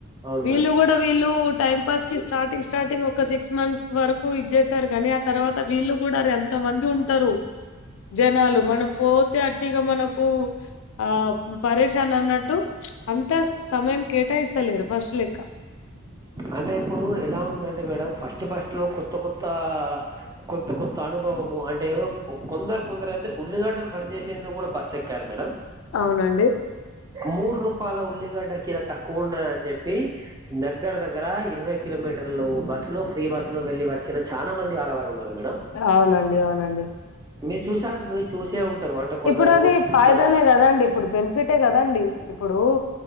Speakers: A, on the right (about 15°); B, on the left (about 65°).
A: అవును
B: వీళ్ళు
A: మేడం
B: కూడా వీళ్ళు టైం పాస్ కి స్టార్టింగ్ స్టార్టింగ్ ఒక సిక్స్ మంత్స్ వరకు ఇదిచేసారు కానీ తర్వాత వీళ్ళు కూడా అరె ఎంత మంది ఉంటారు జనాలు మనం పోతే అట్టిగా మనకు ఆ పరేషాన్ అన్నట్టు అంతా సమయం కేటాయిస్తలేరు ఫస్ట్ లెక్క
A: అంటే ఇప్పుడు ఎలా ఉందంటే మేడం ఫస్ట్ ఫస్ట్ లో కొత్త కొత్త కొత్త కొత్త అనుభవము అంటే కొందరు కొందరు ఉల్లిగడ్డలు కడ్చేసేందుకు కూడా బస్ ఎక్కారు మేడం
B: అవునండి
A: మూడు రూపాయల ఉల్లిగడ్డ కిడ తక్కువఉన్నయి అని చెప్పి దగ్గర దగ్గర దగ్గర ఇరవై కిలోమీటర్లు బస్సు లో ఫ్రీ బస్సు లో వెళ్ళి వచ్చిన చాలా మంది ఆడవారు ఉన్నారు మేడం
B: అవునండి అవునండి
A: మీరు చూసారు మీరు చూసే ఉంటారు అంటే కొందరు
B: ఇప్పుడు అది ఫాయిదానే
A: మన
B: కదండి ఇప్పుడు బెనిఫిటే కదాండి ఇప్పుడు